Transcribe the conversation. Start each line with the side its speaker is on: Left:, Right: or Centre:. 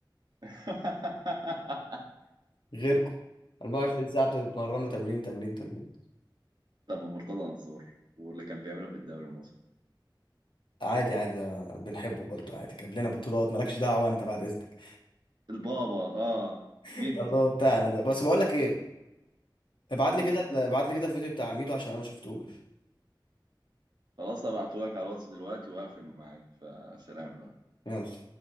Right: <laughs>
Left: غيركم 24 ساعه بتتمرنوا تمرين تمرين تمرين
Right: طب مرتضى منصور واللي كان بيعمله في الدوري المصري
Left: عادي عادي ده بنحبه برضه عادي جاب لنا بطولات مالكش دعوه انت بعد اذنك
Right: البابا اه
Left: <laughs>
Right: جدي
Left: ده الموضوع بتاعنا ده بس بقول لك ايه ابعت
Right: إيه.
Left: لي كده ابعت لي كده الفيديو بتاع ميدو عشان انا ما شفتوش
Right: خلاص هبعته لك على الواتس دلوقتي وهقفل معاك فسلام بقى
Left: يلا